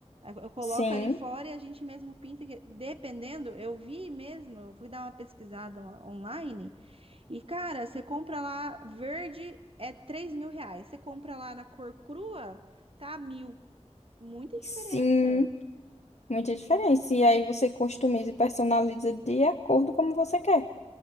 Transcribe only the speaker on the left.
Sim,
sim, muita diferença. E aí você customiza e personaliza de acordo como você quer.